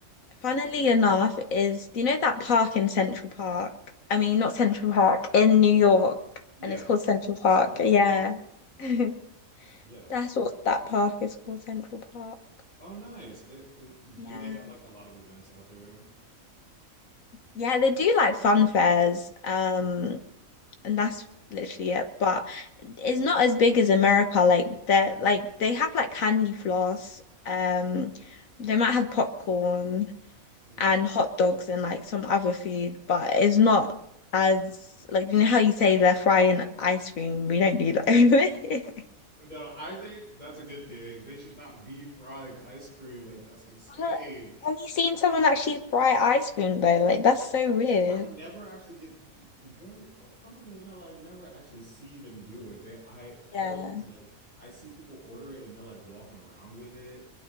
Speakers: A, on the left; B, on the left.
A: Funnily enough, is do you know that park in Central Park? I mean, not Central Park, in New York,
B: yeah,
A: and it's called Central Park.
B: Central
A: Yeah.
B: Park,
A: <laughs>
B: yeah.
A: That's what that park is called, Central Park.
B: Oh, nice. It, it-
A: Yeah.
B: do they have like a lot of events out there?
A: Yeah, they do like fun fairs. Um,
B: Okay.
A: and that's literally it. But it's not as big as America. Like they're like they have like candy floss. Um, they might have popcorn
B: Mhm.
A: and hot dogs and like some other food, but it's not as like you know how you say they're frying ice cream. We don't do that <laughs> over here.
B: No, I think that's a good thing. They should not be frying ice cream. Like that's insane.
A: But Have you seen someone actually fry ice cream though? Like that's so weird.
B: I never actually get very funnily enough, I never actually see them do it. They I always
A: Yeah.
B: like I see people order it and they're like walking around with it,